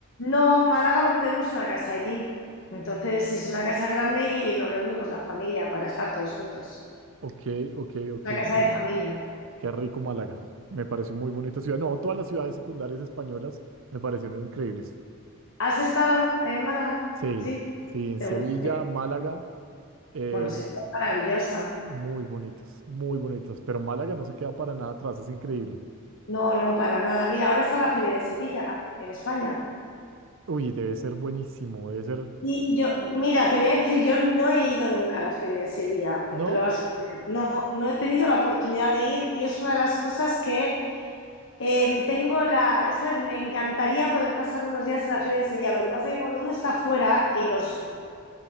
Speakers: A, on the left; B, on the right.
A: No, Málaga porque tenemos una casa allí. Entonces es una casa grande y nos reunimos la familia para estar todos juntos.
B: Ok, ok, ok,
A: Una casa
B: ok.
A: de familia.
B: Qué rico Málaga. Me pareció muy bonita ciudad. No, todas las ciudades secundarias españolas me parecieron increíbles.
A: ¿Has estado en Málaga?
B: Sí,
A: Sí,
B: sí, en
A: te
B: Sevilla,
A: gusta. Bien.
B: Málaga, eh,
A: Bueno, se es maravillosa.
B: muy bonitas, muy bonitas. Pero Málaga no se queda para nada atrás, es increíble.
A: No, no, para nada. Mira, ahora está la Feria de Sevilla, en España.
B: Uy, debe ser buenísimo, debe ser...
A: Y yo, mira, te voy a decir, yo no he ido nunca a la Feria de Sevilla,
B: ¿No?
A: no te lo vas a creer. No, no he tenido la oportunidad de ir y es una de las cosas que Eh, tengo la, ¿sabes? Me encantaría poder pasar unos días en la feria de Sevilla. Lo que pasa es que cuando uno está fuera y los